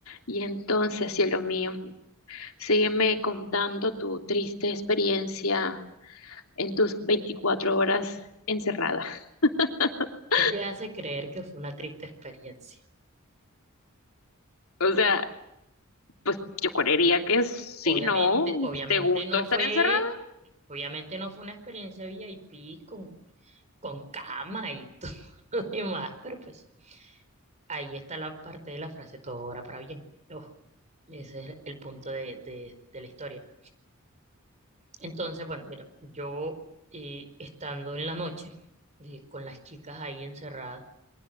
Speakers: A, on the left; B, on the right.
A: Y entonces, cielo mío, sígueme contando tu triste experiencia en tus 24 horas encerrada. <laughs>
B: ¿Qué te hace creer que fue una triste experiencia?
A: O sea, pues yo creería que sí,
B: Obviamente,
A: ¿no?
B: obviamente
A: ¿Te gustó
B: no
A: estar
B: fue,
A: encerrada?
B: obviamente no fue una experiencia VIP con, con cama y <laughs> todo lo demás, pero pues ahí está la parte de la frase, todo obra para bien. Ojo, ese es el punto de, de- de la historia. Entonces, bueno, mira, yo eh, estando en la noche eh, con las chicas ahí encerradas,